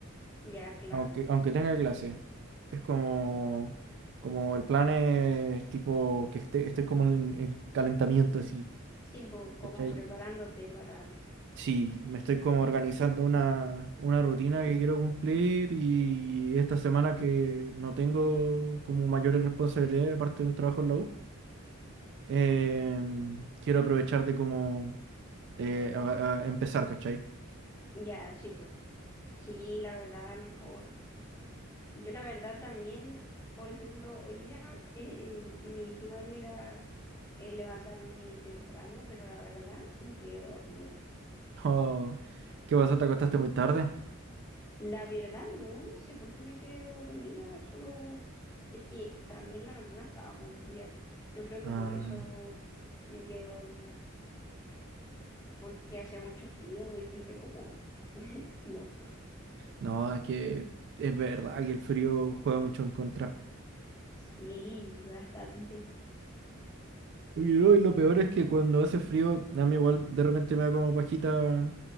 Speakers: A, on the left (about 15°); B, on the right (about 60°).
A: Ya, claro.
B: aunque, aunque tenga clase. Es como, como el plan es tipo que esté, estoy como en, en calentamiento, así,
A: Sí, po, como
B: ¿cachai?
A: preparándote para...
B: Sí, me estoy como organizando una, una rutina que quiero cumplir y esta semana que no tengo como mayores responsabilidades aparte de un trabajo en la U, em, quiero aprovechar de como eh, a- a empezar, ¿cachai? <laughs>
A: Ya, sí, po. Sí, la verdad, mejor. Yo la verdad también, por ejemplo, hoy día eh, mi plan era eh, levantarme temprano, pero la verdad me quedé dormida.
B: No, ¿qué pasa? ¿Te acostaste muy tarde?
A: La verdad no, no sé por qué me quedé dormida, solo es que también la mañana estaba muy fría. Yo creo que
B: Ah,
A: por eso me quedé dormida, porque hacía mucho frío y dije como, no,
B: no, es que es verdad que el frío juega mucho en contra.
A: sí, bastante.
B: Y lo, y lo peor es que cuando hace frío, a mí igual de repente me da como pajita